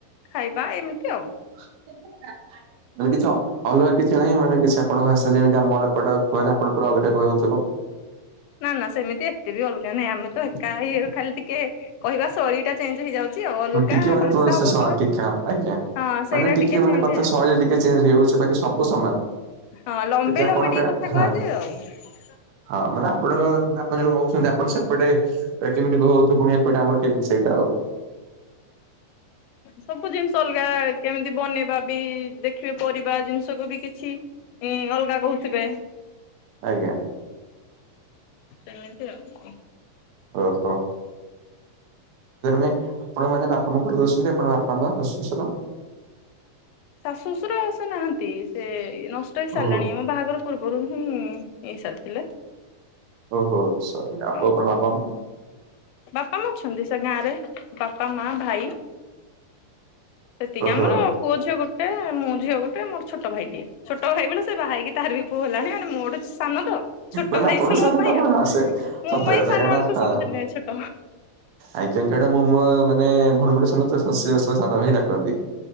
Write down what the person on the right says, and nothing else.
<unintelligible> ମାନେ କିଛି ଅଲଗା କିଛି ନାହିଁ ମାନେ କିଛି ଆପଣଙ୍କ ଭାଷ ଯେମିତି ଆମର ଏପଟ କୁହାହେଲେ ଆପଣ <unintelligible> ଅଲଗା କୁହା ହୋଉଥୁବା।
ଟିକେ <unintelligible>
ଟିକେ ଆପ୍ ଆଜ୍ଞା।
ମାନେ ଟିକେ ମାନେ
କଥା
ଶୈଳୀ ଟିକେ ଚେଞ୍ଜ ହେଇଯାଉଛି ବାକି ସବୁ ସମାନ।
ବାକି ଆପଣଙ୍କ
ହଁ।
ହଁ ମାନେ ଆପଣଙ୍କ ମାନେ ଆପଣ ଯୋଉ ରୋହୁଛନ୍ତି ଆପଣ ସେପଟେ କେମିତି <unintelligible> ପୁଣି ଏପଟେ ଆମର <unintelligible> ସେଇଡ଼ା ଆଉ
ଆଜ୍ଞା।
ଓହୋ। <unintelligible> ଆପଣ ମାନେ ବାପା ମା <unintelligible> ଆପଣଙ୍କ ବାପା ମା ଶାଶୁ ଶଶୁର
ଓ
ଓହୋ ସରି <unintelligible>
ବାବା ମା।
ଓହୋ
ମାନେ
ଆପଣଙ୍କ
<unintelligible>
ହଁ।
ଆଜ୍ଞା କାରଣ ମୁଁ ମୋ ମାନେ ଭୋଉଣୀ ଗୋଟେ ସାନ <unintelligible> ଡାକନ୍ତି।